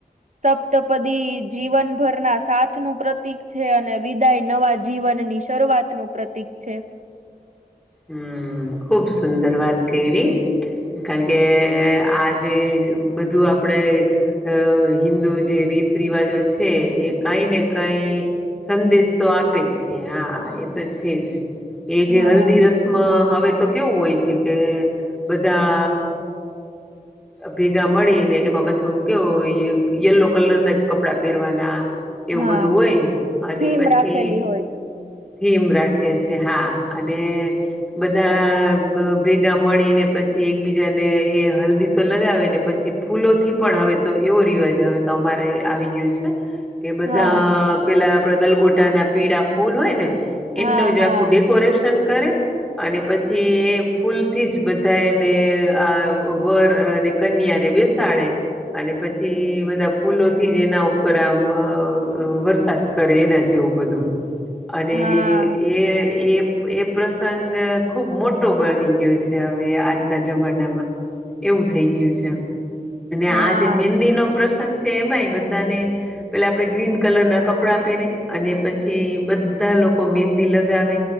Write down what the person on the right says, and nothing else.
સપ્તપદી જીવનભરના સાથ નું પ્રતીક છે અને વિદાય નવા જીવન ની શરૂઆતનું પ્રતીક છે.
હા
હા
થીમ
રાખેલી હોય
હા
હા
હા
હા
હા